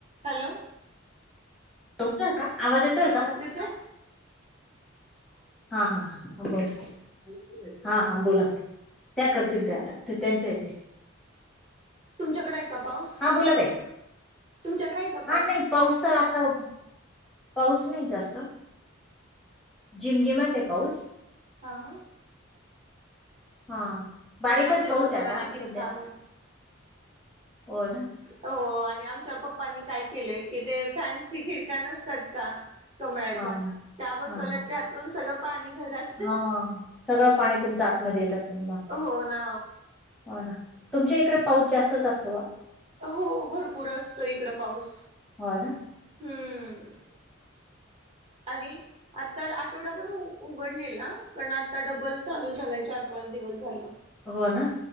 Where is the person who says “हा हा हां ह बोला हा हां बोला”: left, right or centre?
Centre